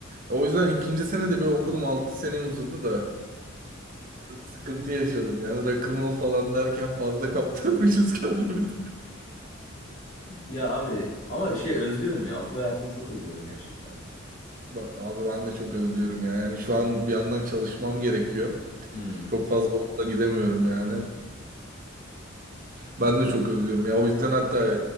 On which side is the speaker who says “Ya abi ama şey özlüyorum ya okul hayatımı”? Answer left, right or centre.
Left